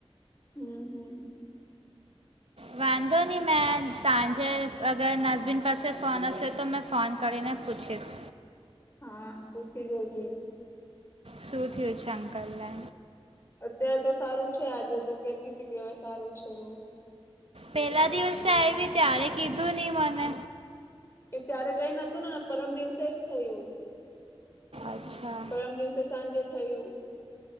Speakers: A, on the left (about 25°); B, on the right (about 65°).
A: હમ્મ હમ્મ
B: વાંધો ની મેં સાંજે અગર નાસબીન પાસે ફોન હશેસે તો મેં ફોન કરીેને પૂછીશ
A: હા પૂછી જોજે
B: શું થયું છે અંકલને
A: અત્યારે તો સારું છે આજે તો કેતી તી કે હવે સારું છે એવું
B: પેલા દિવસે આવી ત્યારે કીધું ની મને
A: એ ત્યારે કઈ નતુંને પરમ દિવસે જ થયું.
B: અચ્છા
A: પરમ દિવસે સાંજે થયું